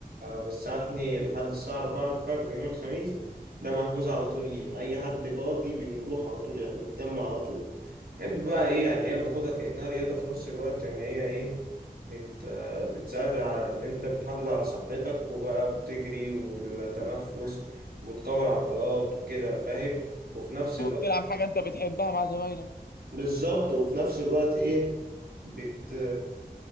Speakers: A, on the right; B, on the left.
A: من الساعة 2 لحد الساعة 4 الفجر يوم الخميس ده محجوز على طول لينا أي حد فاضي بنروح على طول يعني نتجمع على طول نحب بقى إيه يعني هي بناخدها كأنها رياضة في نفس الوقت إن هي إيه بت... بتساعد على إن أنت بتحافظ على صحتك وبقى بتجري والتنفس وتقوي عضلات وكده فاهم وفي نفس
B: وبتلعب
A: الوقت
B: حاجة أنت بتحبها مع زمايلك
A: بالظبط وفي نفس الوقت ايه بت